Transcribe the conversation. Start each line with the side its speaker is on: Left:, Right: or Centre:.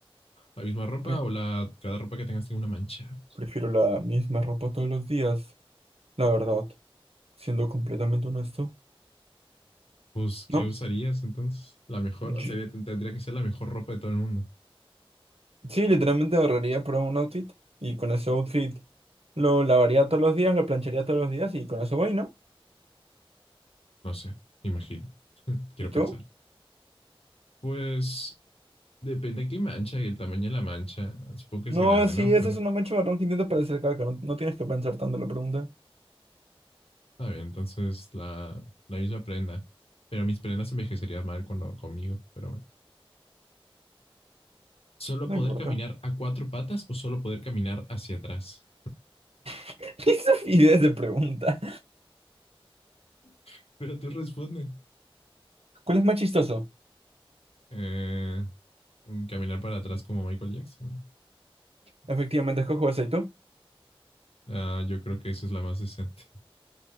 Left: ¿La misma ropa
Right: pre-
Left: o la, cada ropa que tengas tiene una mancha?
Right: prefiero la misma ropa todos los días, la verdad, siendo completamente honesto.
Left: Pues, ¿qué
Right: ¿no?
Left: usarías entonces? La mejor,
Right: Yo-
Left: sería, tendría que ser la mejor ropa de todo el mundo.
Right: sí, literalmente ahorraría para un outfit y con ese outfit lo lavaría todos los días, lo plancharía todos los días y con eso voy, ¿no?
Left: No sé, imagino, quiero
Right: ¿Y tú?
Left: pensar. Pues, depende de qué mancha y el tamaño de la mancha. Supongo que
Right: No,
Left: es grande,
Right: sí,
Left: ¿no?
Right: ese
Left: Pero
Right: es un macho marrón que intenta parecer caca, no, no tienes que pensar tanto en la pregunta.
Left: está bien, entonces la, la misma prenda. Pero mis prendas envejecerían mal cuando, conmigo, pero bueno. ¿Solo
Right: No
Left: poder
Right: importa.
Left: caminar a cuatro patas o solo poder caminar hacia atrás?
Right: <laughs> ¿Qué estupidez de pregunta?
Left: <laughs> Pero tú responde.
Right: ¿Cuál es más chistoso?
Left: Eh, Mm, Caminar para atrás como Michael Jackson.
Right: Efectivamente, escojo ese y tú.
Left: Ah, yo creo que esa es la más decente. <laughs>